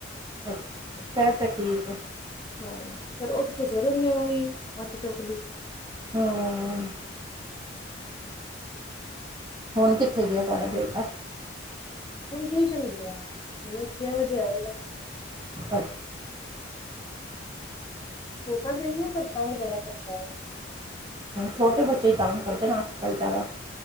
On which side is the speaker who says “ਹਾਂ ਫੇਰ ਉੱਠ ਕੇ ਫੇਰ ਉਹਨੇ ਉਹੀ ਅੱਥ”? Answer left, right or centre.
Left